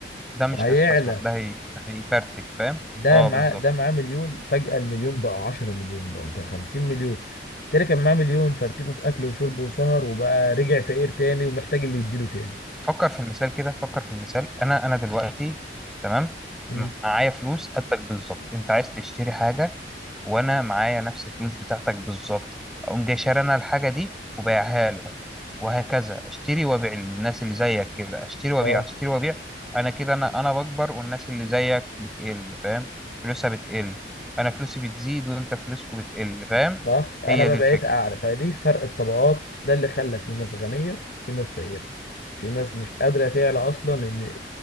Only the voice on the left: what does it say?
وهيعلى
ده
معاه
ده معاه مليون فجأة المليون بقى 10 مليون بقى ده 50 مليون التاني كان معاه مليون فرتكه في اكل وشرب وسهر وبقى رجع فقير تاني ومحتاج اللي يديله تاني
مم.
اه
صح انا
بقى
بقيت
اعلى فدي فرق الطبقات ده اللي خلى في ناس غنيه وفي ناس فقيره في ناس مش قادره تعلى اصلا ان